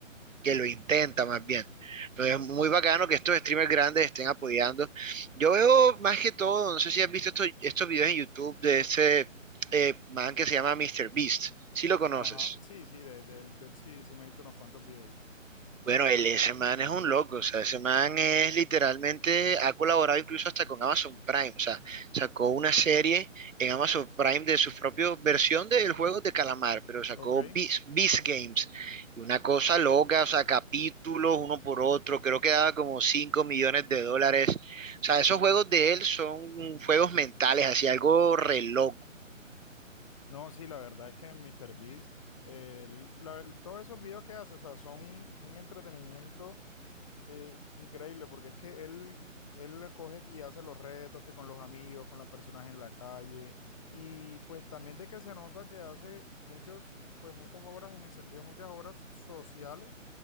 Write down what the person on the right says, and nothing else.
que lo intenta más bien. Entonces es muy bacano que estos streamers grandes estén apoyando. Yo veo más que todo, no sé si has visto estos, estos videos en YouTube de ese eh, man que se llama Mister Beast. Si lo conoces.
Bueno, el, ese man es un loco, o sea, ese man es literalmente, ha colaborado incluso hasta con Amazon Prime, o sea, sacó una serie en Amazon Prime de su propia versión del juego de calamar, pero sacó
Beast, Beast Games, y una cosa loca, o sea, capítulos uno por otro, creo que daba como 5 millones de dólares, o sea, esos juegos de él son juegos mentales, así algo re loco.